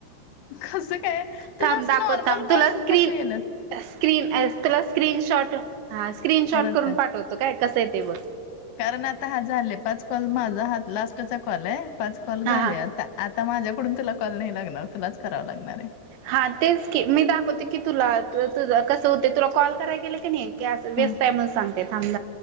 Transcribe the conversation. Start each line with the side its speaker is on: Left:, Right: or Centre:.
Left: कसं काय? तुला
Right: थांब
Left: असं
Right: दाखव
Left: नॉर्मल
Right: थांब
Left: कॉल
Right: तुला स्क्रीन
Left: कस आल्यात?
Right: स्क्रीन ऍज तुला स्क्रीनशॉट हा स्क्रीनशॉट
Left: परत
Right: करून
Left: टाक.
Right: पाठवतो काय कसं येतय बग.
Left: कारण आता हा झालेय पाच कॉल माझा हा लास्टचा कॉल आहे. पाच कॉल झाले
Right: हा हा
Left: आता. आता माझ्याकडून तुला कॉल नाही लागणार. तुलाच कराव लागणार आहे.
Right: हा तेच की मी दाखवते की तुला तुझ कसं होतय. तुला कॉल करायला गेल कणी गॅस व्यस्त
Left: ह
Right: हाय म्हणून सांगतय थांब